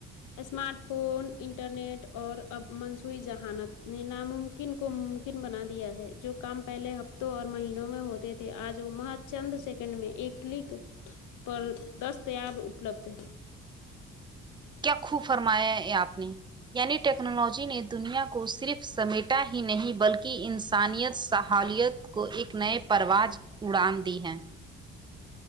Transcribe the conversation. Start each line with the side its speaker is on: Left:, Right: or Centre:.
Left: اسمارٹ فون انٹرنیٹ اور اب منصوعی ذہانت نے ناممک کو ممکن بنا دیا ہے جو کام پہلے ہفتوں اور مہینوں میں ہوتے تھے آج وہ مہت چند سیکنڈ میں ایک کلک پر دستیاب اپلبدھ ہے
Right: کیا خوب فرمایا ہے یہ آپ نے یعنی ٹیکنالوجی نے دنیا کو صرف سمیٹا ہی نہیں بلکہ انسانیت صاحالیت کو ایک نئے پرواز اڑان دی ہے